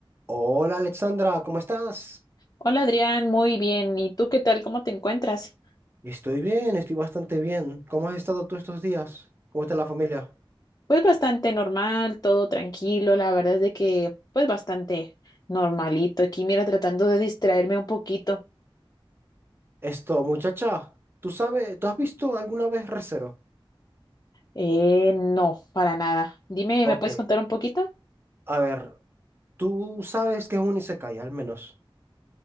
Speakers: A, on the right; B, on the left.
A: Hola Alexandra, ¿cómo estás?
B: Hola Adrián, muy bien. ¿Y tú qué tal? ¿Cómo te encuentras?
A: Estoy bien, estoy bastante bien. ¿Cómo has estado tú estos días? ¿Cómo está la familia?
B: Pues bastante normal, todo tranquilo. La verdad es de que, pues bastante normalito. Aquí, mira, tratando de distraerme un poquito.
A: Esto, muchacha, ¿tú sabes, tú has visto alguna vez Re:Zero?
B: Eh, no, para nada. Dime,
A: Ok,
B: ¿me puedes contar un poquito?
A: a ver, tú sabes que es un isekai, al menos.